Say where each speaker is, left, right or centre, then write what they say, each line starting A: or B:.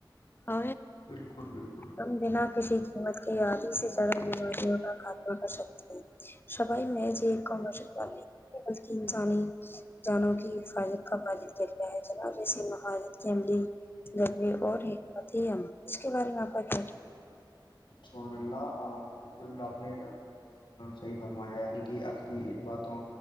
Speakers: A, on the left; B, on the left.
A: ا
B: بالکل بالکل
A: ہم بنا کسی قیمت کے آدی سے زیادہ بیماریوں کا خاتمہ کر سکتے ہیں سبائی میر ج ایک کمرشت وال کن جانی جانوں کی حفاظت کا بالن کیا گیا ہے جناے سے مفادت کی عملی ضروری اور حمت ہی ہم اس کے بارے میں آپ کا چ
B: سو نےلہ آ بالکل آپ نے صحیح فرمایا یعنی کہ آپ کی ان باتوں